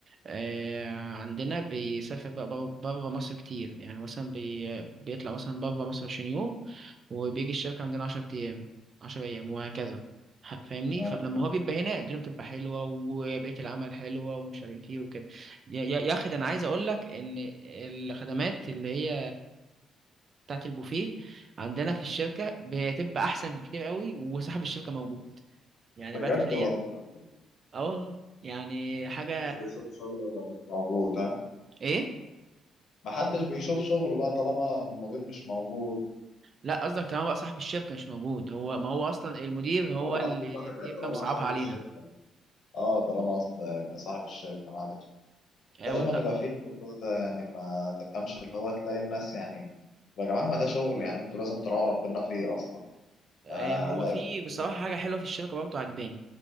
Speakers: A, on the right; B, on the left.
A: آه، عندنا بيسافر بقى بره مصر كتير يعني مثلا بي... بيطلع مثلا بره مصر عشرين يوم وبيجي الشركة عندنا عشر أيام عشر أيام وهكذا ح- فاهمني
B: أيوة
A: فلما
B: فاهم.
A: هو بيبقى هنا الدنيا بتبقى حلوة وبيئة العمل حلوة ومش عارف ايه وكده يا يا- يا أخي ده أنا عايز أقول لك إن الخدمات اللي هي بتاعت البوفيه عندنا في الشركة بتبقى أحسن بكتير قوي وصاحب الشركة موجود يعني
B: بجد
A: بقى تخيل
B: والله
A: اه والله يعني حاجة
B: محدش بيشوف شغله وهو مش موجود ها
A: إيه
B: محدش بيشوف شغله بقى طالما المدير مش موجود
A: لا قصدك تمام بقى صاحب الشركة مش موجود هو ما هو أصلا المدير هو
B: طالما
A: اللي
B: قصدي صاحب
A: بيبقى
B: طالما
A: مصعبها
B: صاحب
A: علينا
B: الشركة اه طالما قصدي صاحب الشركة معلش
A: آه،
B: دايما
A: وأنت
B: يبقى فيه الموضوع ده يعني ما تفهمش اللي هو تلاقي الناس يعني يا جماعة ما ده شغل يعني انتوا لازم تراعوا ربنا فيه اصلا
A: آه،
B: آه
A: هو
B: لا
A: في بصراحة
B: واحد
A: حاجة حلوة في الشركة برضه عجباني